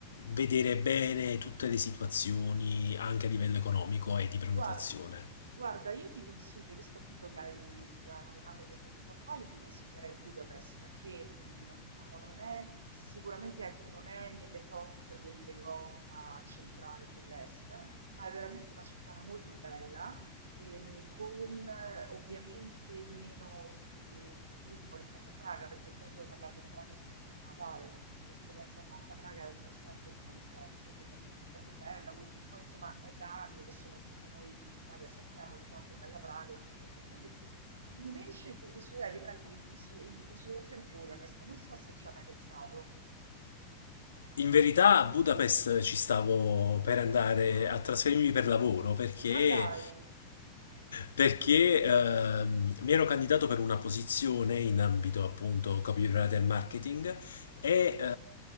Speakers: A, on the left (about 65°); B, on the right (about 70°).
A: vedere bene tutte le situazioni anche a livello economico e di
B: Guar-
A: prenotazione.
B: Guarda, io ti consiglio, visto appunto che hai, che hai nominato queste città qua, io ti consiglierei Budapest, che mh, diciamo non è sicuramente, ecco, non è nelle top dell'Europa centrale e dell'est, ma è veramente una città molto bella Ehm, con eh, ovviamente meno turismo rispetto a Praga, perché poi tu hai parlato di Praga sotto Natale, ma per esperienza fatta Praga è un po' sempre piena di gente, perché appunto è molto bella, quindi poi insomma è da anni che soprattutto noi in Italia sappiamo di quanto è bella Praga e quindi andiamo lì. Invece ti consiglierei di prendere in, consi- in considerazione Budapest, non so se ci hai mai pensato.
A: In verità a Budapest ci stavo per andare
B: Ah,
A: a trasferirmi per lavoro perché
B: ma dai!
A: perché ehm, mi ero candidato per una posizione in ambito appunto copywriter e marketing e eh,